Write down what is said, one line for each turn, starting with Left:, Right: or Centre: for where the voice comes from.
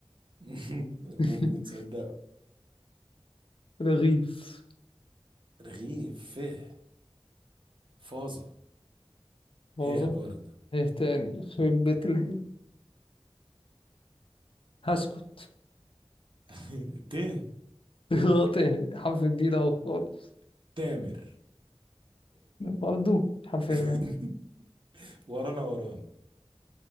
Right: <laughs> ممكن
Left: <laughs>
Right: تصدق
Left: رغيف
Right: رغيف فه فاظة
Left: واظن
Right: هه برضه
Left: ايه تاني يخرب بيت ال- هسكت
Right: <laughs> ته
Left: <laughs> غلطة حرف جديد اهو خالص
Right: تامر
Left: برضه حرف
Right: <laughs>
Left: ر-
Right: ورانا ورانا